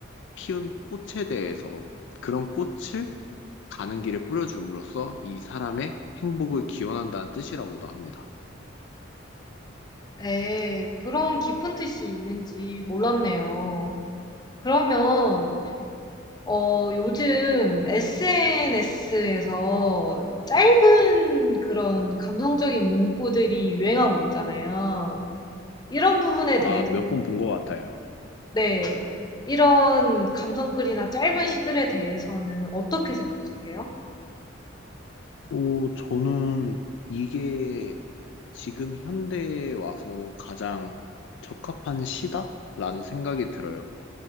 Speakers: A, on the left; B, on the left.
A: 피운 꽃에 대해서 그런 꽃을 가는 길에 뿌려줌으로써 이 사람의 행복을 기원한다는 뜻이라고도 합니다.
B: 네. 그런 깊은 뜻이 있는지 몰랐네요. 그러면 어 요즘 SNS에서 짧은 그런 감성적인 문구들이 유행하고 있잖아요. 이런 부분에 대해서
A: 아, 몇 번 본 것 같아요.
B: 네. 이런 감성글이나 짧은 시들에 대해서는 어떻게 생각하세요?
A: 오, 저는 이게 지금 현대에 와서 가장 적합한 시다라는 생각이 들어요.